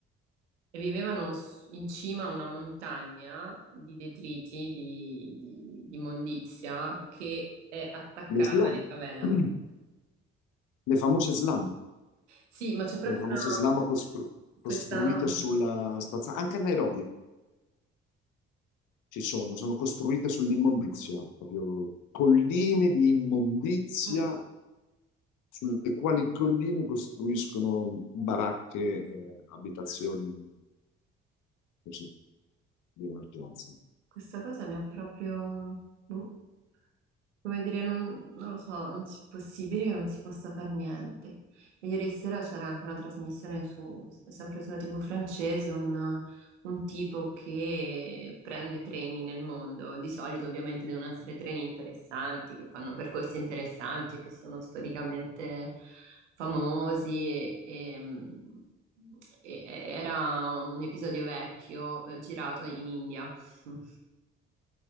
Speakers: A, on the right; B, on the left.
A: e vivevano s- in cima a una montagna di detriti, di, di- di immondizia, che è attaccata
B: le slam,
A: alla favela.
B: <clears throat> le famose slam,
A: Sì, ma c'è proprio
B: le famose
A: una,
B: slam costru- costruite
A: questa...
B: sulla spazzatura, anche a Nairobi ci sono, sono costruite sull'immondizia, proprio colline di immondizia
A: mm.
B: sulle quali colline costruiscono baracche e abitazioni così di emergenza.
A: Questa cosa mi ha proprio... boh, come dire, non, non lo so, non è possibile che non si possa fare niente. E ieri sera c'era anche una trasmissione su, sempre sulla TV francese, un, un tipo che prende treni nel mondo. Di solito ovviamente devono essere treni interessanti, che fanno percorsi interessanti e che sono storicamente famosi e, e, mh, e- e- era un episodio vecchio eh, girato in India. <laughs>